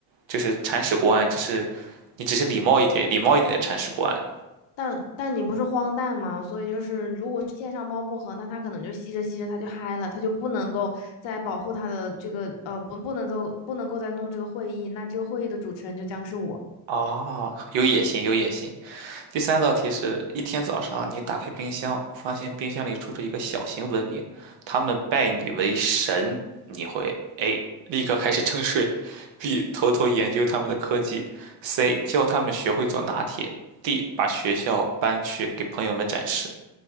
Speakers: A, on the right (about 70°); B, on the left (about 70°).
A: 就是铲屎官，只是你只是礼貌一点，礼貌一点的铲屎官
B: 但但你不是荒诞吗？所以就是，如果线上猫薄荷，那它可能就吸着吸着它就嗨了，它就不能够再保护它的这个呃不不能够不能够再弄这个会议，那这个会议的主持人就将是我，
A: 啊，有野心，有野心。第三道题是一天早上，你打开冰箱，发现冰箱里住着一个小型文明，他们拜你为神，你会 A 立刻开始征税，B 偷偷研究他们的科技，C 教他们学会做拿铁，D 把学校搬去给朋友们展示，